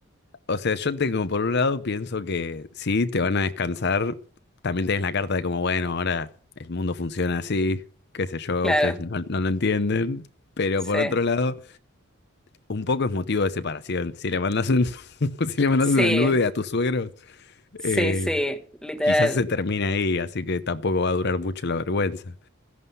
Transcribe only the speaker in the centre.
Claro,
sí,
sí,
sí,
sí, literal.